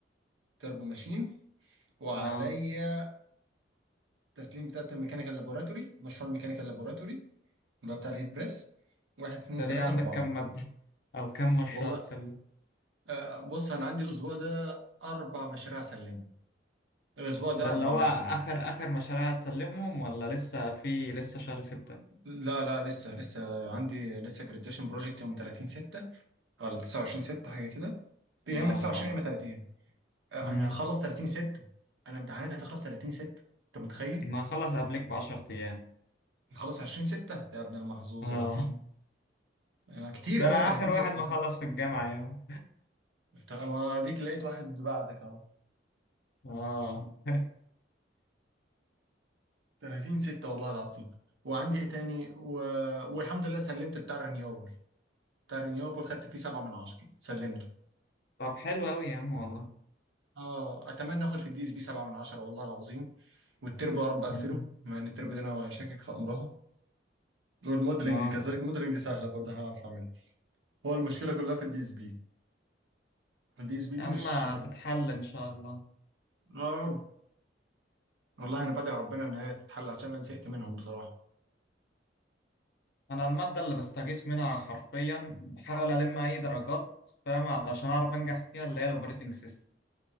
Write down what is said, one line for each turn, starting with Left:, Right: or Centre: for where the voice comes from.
Right: تربو ماشين وعليا
Left: اه
Right: تسليم بتاعت الميكانيكال لابوراتوري مشروع الميكانيكال لابوراتوري اللي هو بتاع الهيت بريس واحد اتنين
Left: ده
Right: تلاتة
Left: ليه عندك
Right: أربعة
Left: كام مادة <laughs> او كام مشروع
Right: والله
Left: تسلم
Right: آه بص أنا عندي الأسبوع ده أربع مشاريع أسلمهم الأسبوع ده
Left: ده اللي
Right: أربع
Left: هو
Right: مشاريع
Left: اخر اخر مشاريع هتسلمهم ولا لسه في لسه شهر ستة
Right: لا لا لسه لسه عندي لسه جراديشن بروجكت يوم 30 6 ولا 29 6 حاجة كده يا
Left: يا
Right: إما
Left: نهار
Right: 29 يا إما 30 انا
Left: ابيض
Right: هخلص 30 6 انا امتحاناتي هتخلص 30 6 انت متخيل
Left: ما اخلص قبلك ب 10 ايام
Right: هتخلص 20 6 يا ابن المحظوظه
Left: اه <laughs>
Right: آه، كتير
Left: ده
Right: قوي
Left: انا اخر
Right: 30 6
Left: واحد مخلص
Right: صح
Left: في الجامعة يا عم
Right: طب ما اديك لقيت واحد بعدك اهو
Left: اه <laughs>
Right: 30 6 والله العظيم وعندي ايه تاني و... والحمد لله سلمت بتاع الرينيوبل بتاع الرينيوبل خدت فيه 7 من 10 سلمته
Left: طب حلو قوي يا عم والله
Right: اه اتمنى اخد في الدي اس بي 7 من 10 والله العظيم والتربو يا رب اقفله
Left: <laughs> مم.
Right: مع ان التربو دي انا شاكك في امرها والموديلنج
Left: اه
Right: كذلك الموديلنج سهله برضه هنعرف اعملها هو المشكله كلها في الدي اس بي دي زميلي
Left: يا عم
Right: مش
Left: هتتحل ان شاء الله
Right: يا رب والله انا بدعي ربنا ان هي تتحل عشان انا زهقت منهم بصراحه
Left: انا المادة اللي بستغيث منها حرفيا بحاول الم اي درجات فاهم علشان اعرف انجح فيها اللي هي الاوبريتنج سيستم